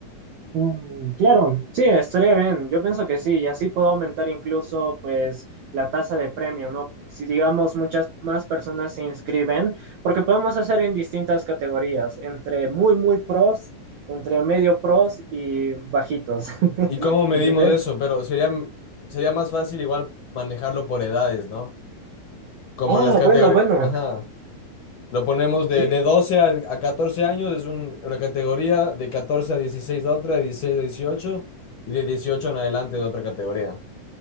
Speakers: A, on the right; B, on the left.
A: Mm, claro, sí, estaría bien. Yo pienso que sí, y así puedo aumentar incluso, pues, la tasa de premio, ¿no? Si digamos muchas más personas se inscriben, porque podemos hacer en distintas categorías, entre muy, muy pros, entre medio pros y bajitos, <laughs>
B: ¿Y cómo medimos
A: ¿entiendes?
B: eso? Pero sería, sería más fácil igual manejarlo por edades, ¿no? Como
A: Ah,
B: en las categorías.
A: bueno, bueno,
B: Ajá. Lo ponemos de,
A: sí,
B: de 12 a, a 14 años, es un- una categoría, de 14 a 16 otra, de 16 a 18 y de 18 en adelante de otra categoría.